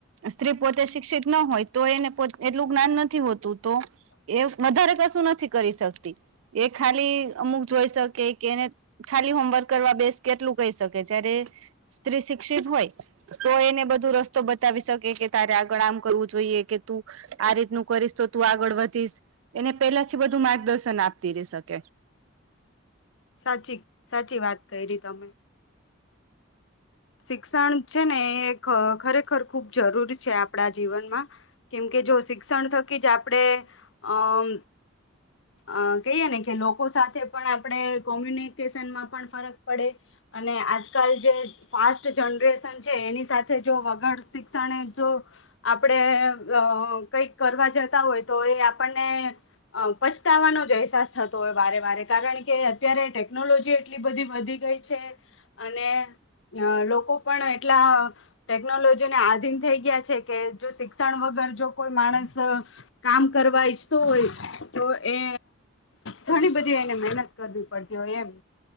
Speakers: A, on the right; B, on the left.
A: સ્ત્રી પોતે શિક્ષિત ન હોય તો એને પોત એટલું જ્ઞાન નથી હોતું, તો એ વધારે કશું નથી કરી શક તે. એ ખાલી અમુક જોઈ શકે કે એને ખાલી હોમવર્ક કરવા બેસ, એટલું કહી શકે જ્યારે સ્ત્રી શિક્ષિત હોય તો એને બધો રસ્તો બતાવી શકે કે તારે આગળ આમ કરવું જોઈએ કે તું આ રીતે કરીશ તો તું આગળ વધીશ, એને પહેલાથી બધું માર્ગદર્શન આપતી રહી શકે.
B: હાચી, હાચી વાત કાઈરી તમે. શિક્ષણ છે ને, એ ખ-ખરેખર ખૂબ જરૂરી છે આપણા જીવનમાં. કેમ કે શિક્ષણ થકી જ આપડે અમ્મ અહ કહીએ ને કે લોકો સાથે આપડે કોમ્યુનિકેશનમાં પણ ફરક પડે અને આજકાલ જે ફાસ્ટ જનરેશન છે એની સાથે જો વગર શિક્ષણને જો આપડે અહ કંઈક કરવા જતા હોઈએ તો એ આપ આપણને અ પસ્તાવાનો અહેસાસ થતો હોય વારેવારે. કારણ કે અત્યારે ટેકનોલોજી એટલી બધી વધી ગઈ છે અને અ લોકો પણ એટલા ટેકનોલોજીને આધીન થઈ ગયા છે કે જો શિક્ષણ વગર જો કોઈ માણસ કામ કરવા ઈચ્છતું હોય તો એ ઘણી બધી એને મહેનત કરવી પડતી હોય એમ.